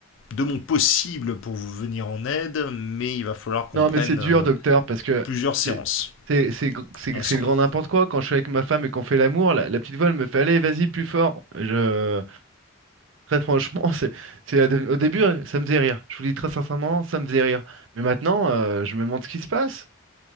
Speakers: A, on the left; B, on the right.
A: de mon possible pour vous venir en aide, mais il va falloir qu'on
B: Non,
A: prenne
B: mais c'est dur,
A: euh,
B: docteur, parce que
A: plusieurs séances
B: c'est c'est- c'est gr- c'est-
A: ensemble.
B: c'est le grand n'importe quoi. Quand je suis avec ma femme et qu'on fait l'amour, la, la petite voix, elle me fait, allez, vas-y, plus fort. Je... Très franchement, <laughs> c'est, c'est, au début, ça me faisait rire. Je vous dis très sincèrement, ça me faisait rire. Mais maintenant, euh, je me demande ce qui se passe.